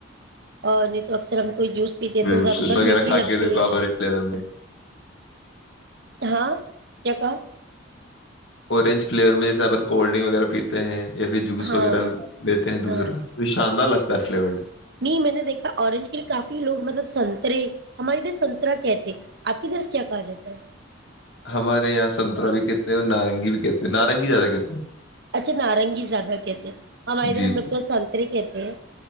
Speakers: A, on the right; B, on the left.
A: اور نہیں تو اکثر کوئی جوس پیتے
B: بالکل
A: تو زیادہ تر
B: وغیرہ
A: میینٹ ہی
B: کھا
A: لگتے
B: کے دیکھو
A: ہیں
B: آپ اورنج فلیور میں
A: ہاں کیا کہ
B: اورنج فلیور میں جسا اپن کولڈ ڈرنک وغیرہ پیتے ہیں یا پھر جوس
A: ہاں
B: وغیرہ لیتے ہیں دوسرا
A: ہاں
B: تو شاندار لگتا ہے د فلیورڈ
A: نہیں میں نے دیکھا اورنج کے لیے کافی لوگ مطلب سنترے ہمارے ادھر سنترا کہتے آپ کی طرف کیا کہا جاتا ہے
B: ہمارے یہاں سنترا بھی کہتے ہیں اور نارنگی بھی کہتے ہیں نارنگی زیادہ کہتے ہیں
A: اچھا نارنگی زیادہ کہتے ہیں ہمارے ادھر
B: جی
A: ہم
B: جی
A: لوگ کو سنترے کہتے ہیں